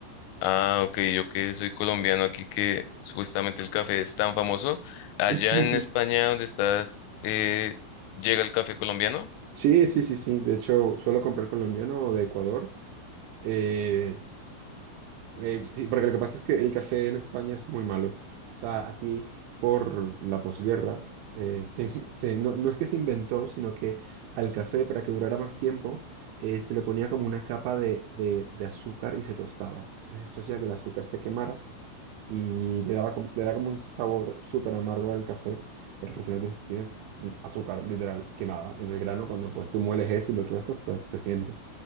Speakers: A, on the left; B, on the right.
A: Ah, ok, yo que soy colombiano aquí, que supuestamente el café es tan famoso. Allá
B: <laughs>
A: en España, donde estás, eh, ¿llega el café colombiano?
B: Sí, sí, sí, sí. De hecho, suelo comprar colombiano o de Ecuador. Eh, Eh, sí, porque lo que pasa es que el café en España es muy malo. O sea, aquí por la posguerra, eh, <laughs> se in- se- no, no es que se inventó, sino que al café, para que durara más tiempo, eh, se le ponía como una capa de, de- de azúcar y se tostaba. Entonces eso hacía que el azúcar se quemara y le daba, como- le da como un sabor súper amargo al café, porque al final tienes, tienes mm, azúcar literal quemada en el grano. Cuando pues tú mueles eso y lo tuestas, pues se siente.